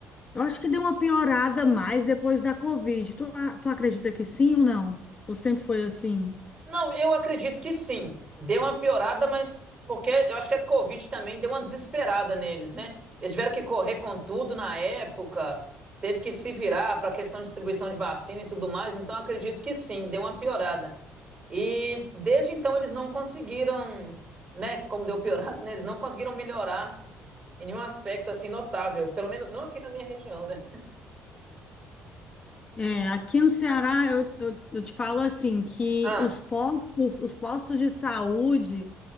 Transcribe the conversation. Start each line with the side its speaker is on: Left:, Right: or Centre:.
Left: Eu acho que deu uma piorada mais depois da Covid. Tu, a- tu acredita que sim ou não? Ou sempre foi assim?
Right: Não, eu acredito que sim. Deu uma piorada, mas porque eu acho que a Covid também deu uma desesperada neles, né? Eles tiveram que correr com tudo na época, teve que se virar para a questão de distribuição de vacina e tudo mais, então eu acredito que sim, deu uma piorada. E desde então eles não conseguiram, né, como deu piorado, né, eles não conseguiram melhorar em nenhum aspecto assim notável, pelo menos não aqui na minha região, né?
Left: É, aqui no Ceará, eu, eu, eu te falo assim, que
Right: Ah,
Left: os postos, os postos de saúde.